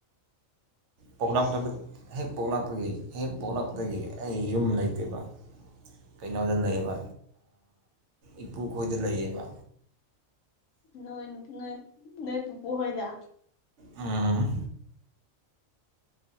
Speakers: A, on the right; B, on the left.
A: ꯄꯣꯛꯂꯥꯛꯇꯕ
B: ꯑꯩꯁ
A: ꯍꯦꯛ ꯄꯣꯛꯂꯥꯛꯄꯒꯤ ꯍꯦꯛ ꯄꯣꯛꯂꯛꯄꯗꯒꯤ ꯑꯩ ꯌꯨꯝ ꯂꯩꯇꯦꯕ ꯀꯩꯅꯣꯗ ꯂꯩꯌꯦꯕ ꯏꯄꯨꯈꯣꯏꯗ ꯂꯩꯌꯦꯕ
B: ꯅꯣꯏ ꯅꯣꯏ ꯅꯣꯏ ꯄꯨꯄꯨ ꯍꯣꯏꯗ
A: ꯑ